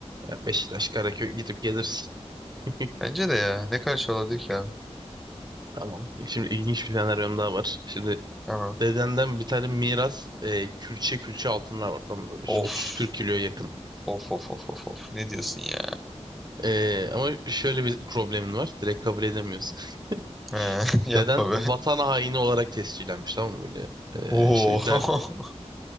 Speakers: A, on the right (about 40°); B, in the centre.
A: Ya Beşiktaş Karaköy gidip gelirsin. <laughs>
B: Bence de ya. Ne karşı olabilir ki abi?
A: Tamam. Şimdi ilginç bir senaryom daha var. Şimdi
B: Tamam.
A: Dedemden bir tane miras e, külçe külçe altınlar var tamam mı böyle işte
B: Of.
A: 30-40 kiloya yakın.
B: Of of of of of. Ne diyorsun ya?
A: E, ama şöyle bir problemin var. Direkt kabul edemiyorsun.
B: He, <laughs>
A: <laughs>
B: yapma
A: Deden vatan
B: be.
A: haini olarak tescillenmiş tamam mı böyle e,
B: Oo.
A: işte
B: <laughs>
A: der-